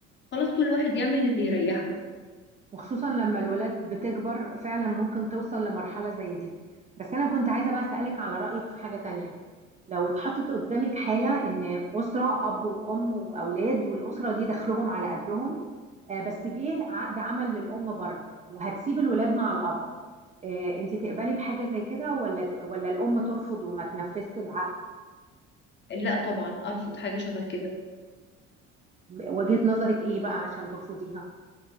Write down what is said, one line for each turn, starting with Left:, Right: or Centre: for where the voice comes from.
Left: خلاص كل واحد يعمل اللي يريحه
Right: وخصوصا لما الولاد بتكبر فعلا ممكن توصل لمرحلة زي دي بس أنا كنت عايزة بقى أسألك على رأيك في حاجة تانية لو اتحطت قدامك حالة إن أسرة أب وأم وأولاد والأسرة دي دخلهم على قدهم آه، بس جه عقد عمل للأم بره وهتسيب الولاد مع الأب آه، أنت تقبلي بحاجة زي كده ولا ت- ولا الأم ترفض وما تنفذش العقد
Left: لا طبعا أرفض حاجة شبه كده
Right: وجهة نظرك إيه بقى عشان ترفضيها